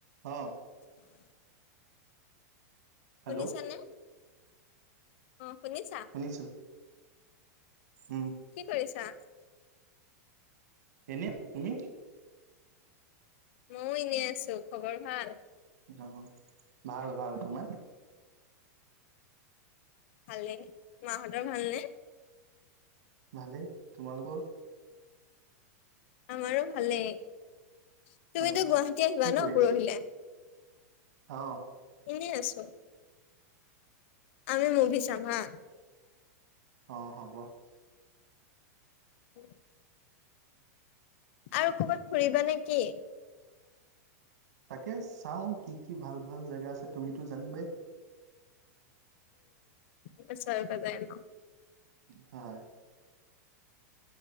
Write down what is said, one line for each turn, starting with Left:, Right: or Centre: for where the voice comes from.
Right: হ
Left: <inaudible>
Right: হেল্ল'
Left: শুনিছানে অ শুনিছা
Right: শুনিছো উম
Left: কি কৰিছা
Right: এনে আছো তুমি
Left: মইয়ও এনে আছো খবৰ ভাল
Right: অ ভাল ভাল তোমাৰ
Left: ভালে মাহঁতৰ ভালনেে
Right: ভালেই তোমালোকৰ
Left: আমাৰো ভালেই তুমিতো
Right: অ
Left: গুৱাহাটী আহিবা
Right: কি কৰি
Left: ন
Right: আছা
Left: পৰহিলে
Right: অ
Left: এনেই আছো আমি মুভি চাম হা
Right: অ হ'ব
Left: উ আৰু কৰ'বাত ফুৰিবা নে কি
Right: তাকে চাও কি কি ভাল ভাল জেগা আছে তুমিতো জানিবাই
Left: উমছাল কদ ন <unintelligible>
Right: হয়